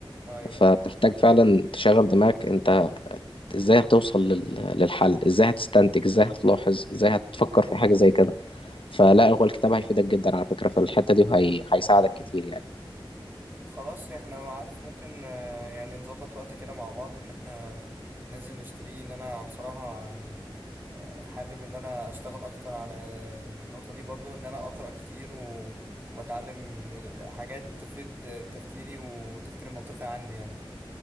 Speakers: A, on the right (about 20°); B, on the left (about 75°).
A: أيوه
B: فبتحتاج
A: أيوه
B: فعلا تشغل دماغك أنت إزاي هتوصل لل- للحل إزاي هتستنتج إزاي هتلاحظ إزاي هتفكر في حاجة زي كده فلا هو الكتاب هيفيدك جدا على فكرة في الحتة دي وهيساعدك كتير يعني
A: خلاص إحنا عارف ممكن آه، يعني نظبط وقت كده مع بعض إن إحنا ننزل نشتريه إن أنا بصراحة يعني حابب ان انا اشتغل اكتر على النقطة دي برضو ان انا اقرأ كتير و... واتعلم حاجات تفيد تفكيري والتفكير المنطقي عندي يعني